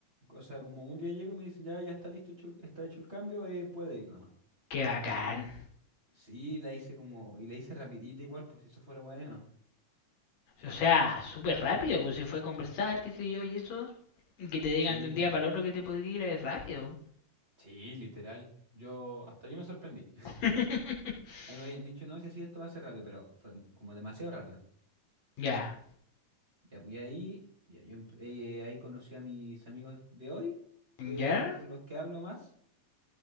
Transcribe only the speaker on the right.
O sea, como un día llego y me dicen, ya, ya está listo, hecho el- está hecho el cambio, eh, puede ir nomás.
Sí, la hice como, y la hice rapidita igual, pues eso fue lo bueno.
Sí,
pues.
Sí, literal. Yo, hasta yo me sorprendí.
<laughs> A mí me habían dicho, no, si así esto va a ser rápido, pero fue como demasiado rápido.
Ya, voy ahí, ya, yo empe- eh, ahí conocí a mis amigos de hoy, que
son con los que hablo más,